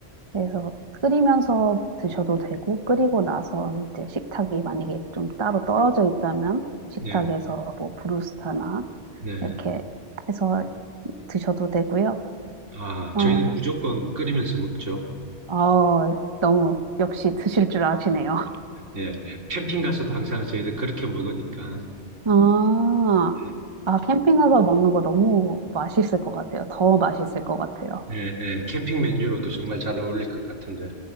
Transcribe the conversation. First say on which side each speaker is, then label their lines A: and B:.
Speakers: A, on the right; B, on the right.
A: 그래서 끓이면서 드셔도 되고 끓이고 나서 이제 식탁이 만약에 좀 따로 떨어져 있다면 식탁에서
B: 네,
A: 뭐 브루스타나
B: 네.
A: 이렇게 해서 드셔도 되고요.
B: 아,
A: 어,
B: 저희는 무조건 끓이면서 먹죠.
A: 어, 너무 역시 드실 줄 아시네요.
B: 예. 캠핑 가서도 항상 저희들 그렇게 먹으니까.
A: 아,
B: 예.
A: 아, 캠핑 가서 먹는 거 너무 맛있을 것 같아요. 더 맛있을 것 같아요.
B: 예, 예. 캠핑 메뉴로도 정말 잘 어울릴 것 같은데.